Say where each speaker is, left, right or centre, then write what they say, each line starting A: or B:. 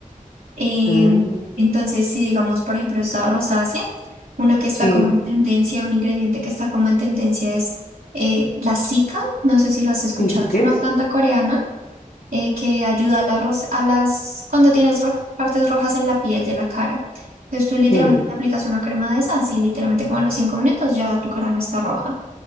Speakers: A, on the right; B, on the left.
A: Em,
B: Mm,
A: entonces, si digamos, por ejemplo, esa rosácea, una que está
B: sí,
A: como en tendencia, un ingrediente que está como en tendencia es eh, la cica, no sé si lo has escuchado,
B: ¿eso
A: es
B: qué
A: una
B: es?
A: planta coreana eh, que ayuda a las, ros- a las cuando tienes roj- partes rojas en la piel de la cara. Entonces tú literalmente
B: Sí,
A: te aplicas una crema de esas y literalmente como a los cinco minutos ya tu cara no está roja